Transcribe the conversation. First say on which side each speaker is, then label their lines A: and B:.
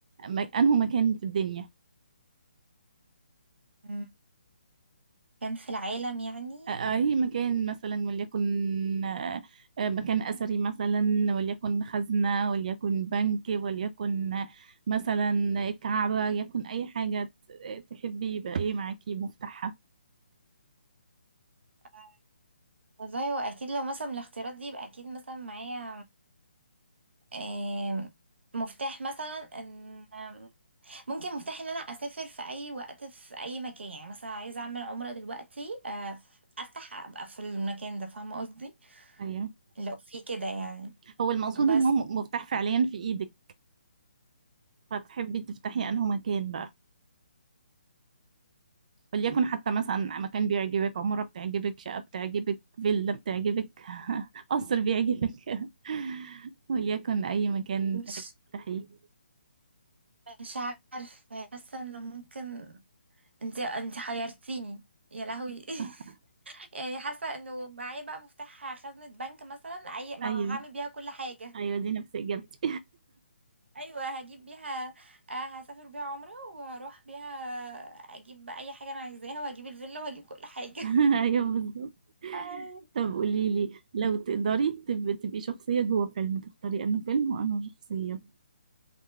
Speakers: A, on the right; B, on the right.
A: م- انه مكان في الدنيا
B: مم. كان في العالم يعني
A: أي مكان مثلا وليكن آه، آه، مكان أثري مثلا وليكن خزنة وليكن بنك وليكن آه، مثلا كعبة يكن أي حاجة ت- تحبي يبقى إيه معاكي مفتاحها
B: آه. والله هو اكيد لو مثلا من الاختيارات دي يبقى اكيد مثلا معايا آم، مفتاح مثلا ان آم، ممكن مفتاح ان انا اسافر في اي وقت في اي مكان يعني مثلا عايزه اعمل عمره دلوقتي آه، افتح ابقى في المكان ده فاهمه قصدي
A: أيوة
B: لو في كده يعني
A: هو المقصود
B: بس
A: إن هو م- مفتاح فعليا في إيدك فتحبي تفتحي أنه مكان بقى وليكن حتى مثلا مكان بيعجبك عمارة بتعجبك شقة بتعجبك فيلا بتعجبك <laughs> قصر بيعجبك <laughs> وليكن أي مكان
B: مش
A: تحب تفتحيه
B: مش عارفه حاسه انه ممكن انت انت حيرتيني يا لهوي
A: <laughs>
B: <laughs> يعني حاسه انه معايا بقى مفتاح خزنه بنك مثلا اي ما
A: أيوة
B: هعمل بيها كل حاجه
A: ايوه دي نفس اجابتي
B: ايوه هجيب بيها آه هسافر بيها عمرة واروح بيها اجيب بقى اي حاجة انا عايزاها وهجيب الفيلا وهجيب كل حاجة
A: <laughs>
B: <laughs>
A: ايوه بالظبط
B: أي.
A: طب قولي لي لو تقدري تب... تبقي شخصية جوه فيلم تختاري انه فيلم وانه شخصية